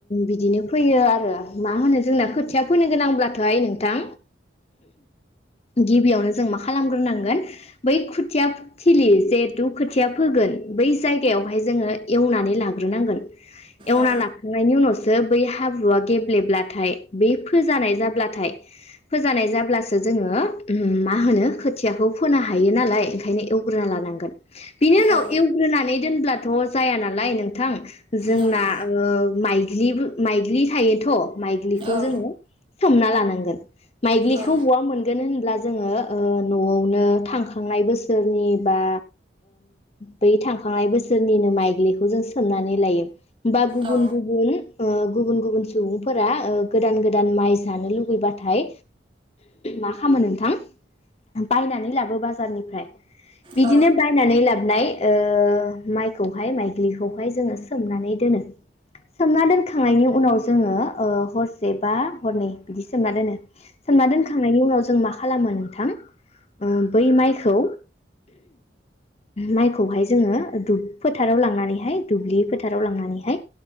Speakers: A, on the left; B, on the right.
A: बिदिनो फैयो आरो मा होनो जोंना खोथिया फोनो गोनांब्लाथ'हाय नोंथां गिबियावनो जों मा खालामग्रोनांगोन बै खोथिया थिलि जहेथु खोथिया फोगोन बै जायगायावहाय जोङो एवनानै लाग्रोनांगोन। एवना
B: औ
A: ला उनावसो बै हाब्रुआ गेब्लेब्लाथाय बि फोजानाय जाब्लाथाय फोजानाय जाब्लासो जोङो मा होनो खोथियाखौ फोनो हायो नालाय ओंखायनो एवग्रोना लानांगोन। बिनि उनाव
B: औ
A: एवग्रोनानै दोनब्ला दाथ' जाया नालाय नोंथां जोंना
B: नंगौ
A: ओ माइग्लिबो माइग्लि थायोथ' माइग्लिखौ
B: औ
A: जोङो सोमना लानां नांगोन। माइग्लिखौ
B: औ
A: बवा मोनगोन होनब्ला जोङो न'आवनो थांखांनाय बोसोरनि बा बै थांखांनाय बोसोरनिनो माइग्लिखौ जों सोमनानै लायो बा गुबुन
B: औ
A: गुबुन-गुबुन-गुबुन सुबुंफोरा गोदान गोदान माइ जानो लुुबैबाथाय मा खालामो नोंथां बायनानै लाबो बाजारनिफ्राय बिदिनो
B: औ
A: बायनानै लाबोनाय ओ माइखौहाय माइग्लिखौहाय जोङो सोमनानै दोनो सोमना दोनखांनायनि उनाव जोङो हरसे बा हरनै बिदि सोमना दोनो सोमना दोनखांनायनि उनाव जों मा खालामो नोंथां बै माइखौ माइखौहाय जोङो फोथाराव लांनानैहाय दुब्लि फोथाराव लांनानैहाय